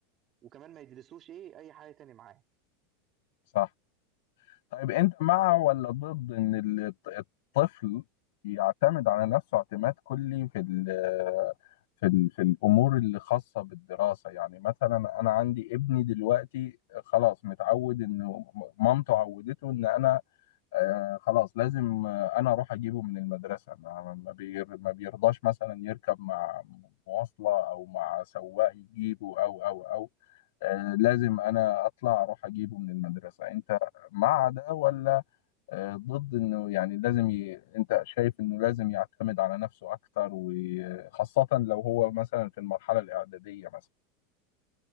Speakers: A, on the right; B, on the left.
A: وكمان ما يدرسوش ايه اي حاجه تاني معاه
B: صح طيب انت مع ولا ضد ان ال- الطفل يعتمد على نفسه اعتماد كلي في ال في ال في الامور اللي خاصه بالدراسه يعني مثلا انا عندي ابني دلوقتي خلاص متعود انه مامته عودته ان انا آه خلاص لازم آه انا اروح اجيبه من المدرسه ما, ما, بير ما بيرضاش مثلا يركب مع مواصله او مع سواق يجيبه او او او آه لازم انا اطلع اروح اجيبه من المدرسه انت مع ده ولا آه ضد انه يعني لازم ي... انت شايف انه لازم يعتمد على نفسه اكتر وخاصه لو هو مثلا في المرحله الاعداديه مثلا